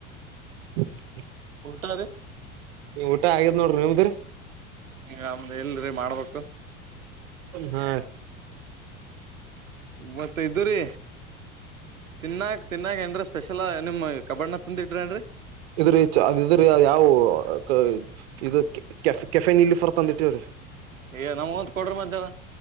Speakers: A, on the right; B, on the right.
A: <unintelligible>
B: ಟಾರೆ
A: ಊಟ ಆಗ್ಯದ್ ನೋಡ್ರಿ ನಿಮ್ದ್ರಿ
B: ನಮ್ದ್ ಇಲ್ರಿ ಮಾಡ್ಬೇಕು.
A: ಹಾ
B: ಮತ್ತ ಇದ್ದರಿ ತಿನ್ನಾಗ ತಿನ್ನಾಗ ಏನ್ರೀ ಸ್ಪೆಷಲ್ ನಿಮ್ ಕಬಾಡ್ನ ತಂದ ಇಡ್ರಿ ನ್ರಿ
A: ಇದ್ರಿ ಚಾ ಅದ ಇದ್ರೀ ಯಾವವು ಕ ಇ ಇದು ಕೆ ಕೆಫೆ ನೀಲಿಫರ್ ತಂದಿಟ್ಟಿವ್ರಿ.
B: ಏ ನಮಗೊಂದ್ ಕೊಡ್ರಿ ಮತ್ ಜರಾ